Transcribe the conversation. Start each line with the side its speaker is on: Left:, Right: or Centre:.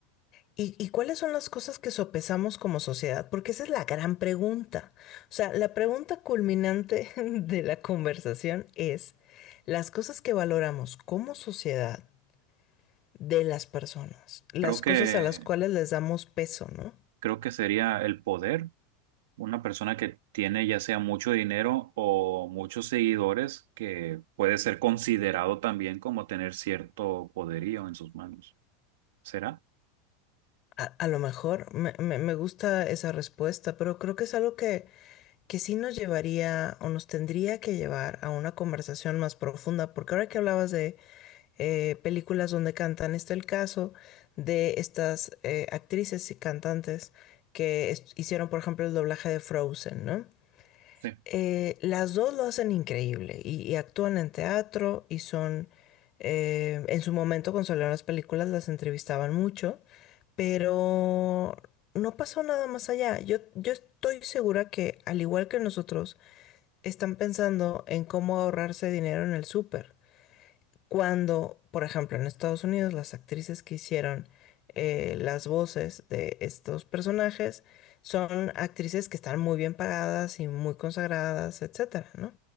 Left: ¿Y, y cuáles son las cosas que sopesamos como sociedad? Porque esa es la gran pregunta. O sea, la pregunta culminante <laughs> de la conversación es las cosas que valoramos como sociedad de las personas, las
Right: Creo que,
Left: cosas a las cuales les damos peso, ¿no?
Right: creo que sería el poder. Una persona que tiene ya sea mucho dinero o muchos seguidores que puede ser considerado también como tener cierto poderío en sus manos. ¿Será?
Left: A, a lo mejor me, me- me gusta esa respuesta, pero creo que es algo que, que sí nos llevaría o nos tendría que llevar a una conversación más profunda, porque ahora que hablabas de eh, películas donde cantan, está el caso de estas eh, actrices y cantantes que est- hicieron, por ejemplo, el doblaje de Frozen, ¿no?
Right: Sí.
Left: Eh, las dos lo hacen increíble y, y actúan en teatro y son, eh, en su momento cuando salieron las películas las entrevistaban mucho, pero no pasó nada más allá. Yo, yo estoy segura que al igual que nosotros, están pensando en cómo ahorrarse dinero en el súper. Cuando, por ejemplo, en Estados Unidos, las actrices que hicieron eh, las voces de estos personajes son actrices que están muy bien pagadas y muy consagradas, etcétera, ¿no?